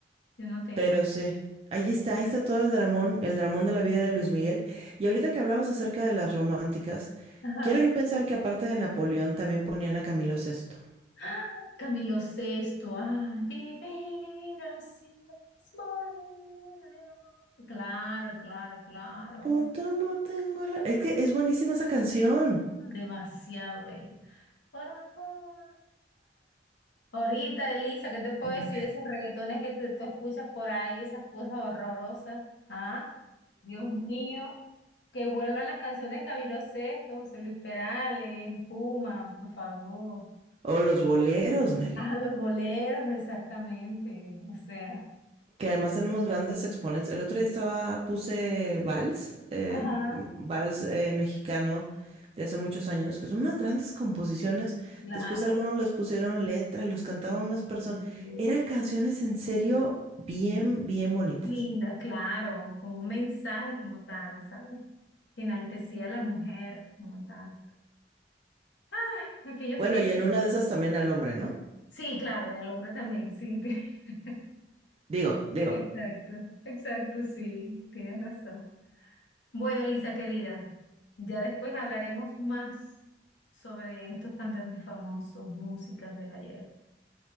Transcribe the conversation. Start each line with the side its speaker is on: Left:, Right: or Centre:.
Left: Yo no tengo.
Right: Pero sí, ahí está, ahí está todo el dramón, el dramón de la vida de Luis Miguel. Y ahorita que hablabas acerca de las románticas,
Left: Ajá.
Right: quiero yo pensar que aparte de Napoleón también ponían a Camilo VI.
Left: ¡Ah! Camilo Sexto. Ay, vivir así es morir de amor. Claro, claro, claro.
Right: Por tu amor tengo la... Es que es buenísima esa canción.
Left: Demasiado bella. Por amor. Ahorita, Elisa, ¿qué te puedo
Right: Mm.
Left: decir de esos reggaetones que te- tú escuchas por ahí, esas cosas horrorosas? Ah, Dios mío, que vuelvan las canciones de Camilo Sesto, José Luis Perales, el Puma, por favor.
Right: O los boleros, Mary.
Left: Ah, los boleros, exactamente. O sea,
Right: Que además tenemos grandes exponentes. El otro día estaba, puse Vals, eh,
Left: ajá,
Right: m- Vals eh, mexicano de hace muchos años, que son unas grandes composiciones.
Left: claro.
Right: Después algunos les pusieron letra y los cantaban unas personas.
Left: Sí, sí.
Right: Eran canciones en serio bien, bien bonitas.
Left: Lindas, claro, con un mensaje como tal, ¿sabes? Que enaltecía a la mujer como tal. Ay, aquellos
Right: Bueno,
Left: tiempos.
Right: y en una de esas también al hombre, ¿no?
Left: Sí, claro, y al hombre también, sí. ti- <laughs>
Right: Digo, digo.
Left: Exacto, exacto, sí, tienes razón. Bueno, Elisa querida, ya después hablaremos más sobre estos cantantes famosos, músicas del ayer.